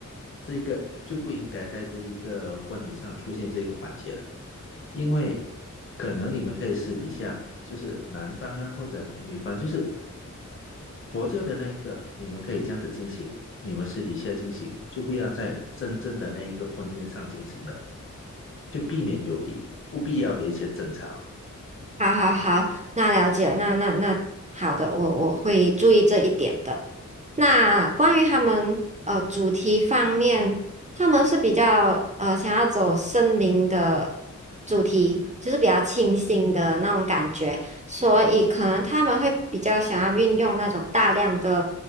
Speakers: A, on the left (about 40°); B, on the right (about 25°).
A: 这个就不应该在这一个婚礼上出现这个环节了，因为可能你们可以私底下，就是男方啊或者女方，就是佛教的那一个，你们可以这样子进行，你们私底下进行，就不要在真正的那一个婚宴上进行了，就避免有一不必要的一些争吵啊。
B: 好好好，那了解，那那那好的，我我会注意这一点的。那关于他们呃主题方面，他们是比较呃想要走森林的主题，就是比较清新的那种感觉，所以可能他们会比较想要运用那种大量的